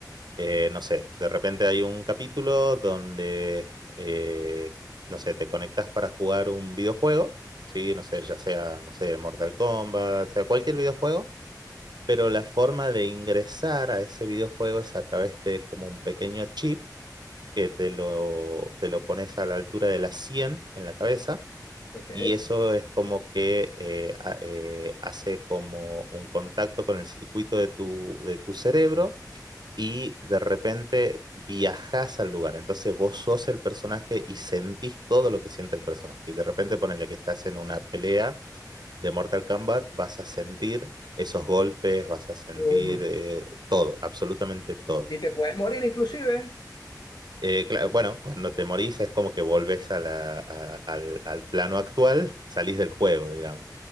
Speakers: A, on the right; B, on the left.
A: eh, no sé, de repente hay un capítulo donde, eh, no sé, te conectas para jugar un videojuego, ¿sí? No sé, ya sea, no sé, Mortal Kombat, sea cualquier videojuego pero la forma de ingresar a ese videojuego es a través de como un pequeño chip que te lo, te lo pones a la altura de la 100 en la cabeza
B: Ok.
A: y eso es como que eh, ha- eh, hace como un contacto con el circuito de tu, de tu cerebro y de repente viajas al lugar. Entonces vos sos el personaje y sentís todo lo que siente el personaje. Y de repente ponele que estás en una pelea de Mortal Kombat, vas a sentir esos golpes, vas a sentir
B: Uh,
A: eh, todo, absolutamente todo.
B: y te puedes morir inclusive.
A: Eh, claro, bueno, cuando te morís es como que volvés a la- a- al, al plano actual, salís del juego, digamos.